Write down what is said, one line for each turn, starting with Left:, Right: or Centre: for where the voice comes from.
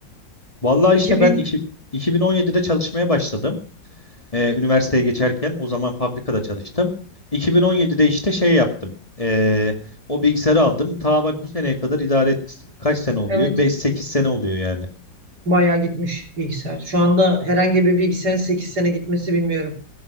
Left: Vallahi
Right: 2000
Left: işte ben iki, 2017'de çalışmaya başladım. Ee, üniversiteye geçerken o zaman fabrikada çalıştım. 2017'de işte şey yaptım. Ee, o bilgisayarı aldım. Ta bak bu seneye kadar idare et. Kaç sene oluyor?
Right: evet
Left: beş sekiz sene oluyor yani.
Right: bayağı gitmiş bilgisayar. Şu anda herhangi bir bilgisayarın 8 sene gitmesi bilmiyorum.